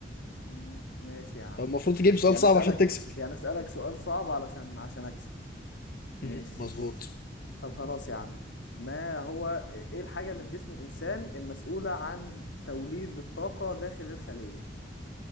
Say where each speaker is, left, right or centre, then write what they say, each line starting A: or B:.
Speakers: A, on the left; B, on the left.
A: مم، ماشي يا عم
B: فالمفروض تجيب سؤال
A: يعني
B: صعب
A: اسالك
B: عشان تكسب
A: يعني اسالك سؤال صعب علشان عشان اكسب ماشي
B: مم. مظبوط
A: طب خلاص يا عم ما هو ايه الحاجه اللي في جسم الانسان المسؤوله عن توليد الطاقه داخل الخليه